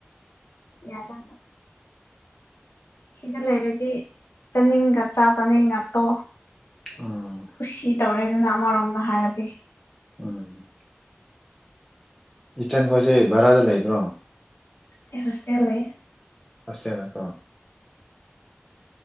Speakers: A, on the left; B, in the centre.
A: ꯌꯥꯗ ꯁꯤꯗ ꯂꯩꯔꯗꯤ ꯆꯥꯅꯤꯡꯒ ꯆ ꯆꯥꯅꯤꯡ ꯉꯇꯣ
B: ꯎꯝ
A: ꯈꯨꯨꯁꯤ ꯇꯧꯔꯦꯗꯅ ꯑꯃꯔꯣꯝꯗ ꯍꯥꯏꯔꯗꯤ
B: ꯎꯝ ꯏꯁꯇꯟꯈꯣꯠꯁꯦ ꯚꯔꯥꯗ ꯂꯩꯕ꯭ꯔꯣ
A: ꯑꯦ ꯔꯁꯦꯂꯦ
B: ꯐꯦꯂ ꯀꯣ